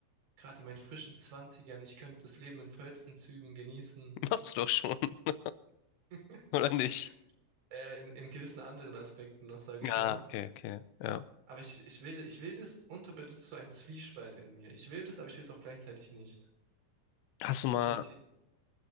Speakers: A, on the right; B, on the left.
A: gerade in meinen frischen Zwanzigern. Ich könnte das Leben in vollsten Zügen genießen.
B: <laughs> Machst du doch schon, <laughs>
A: <laughs>
B: oder nicht?
A: Ja, in, in gewissen anderen Aspekten noch, sage ich
B: Ah,
A: mal.
B: okay, okay, ja.
A: Aber ich, ich will, ich will das unter, das ist so ein Zwiespalt in mir. Ich will das, aber ich will es auch gleichzeitig nicht.
B: Hast du mal,
A: Ich weiß nicht,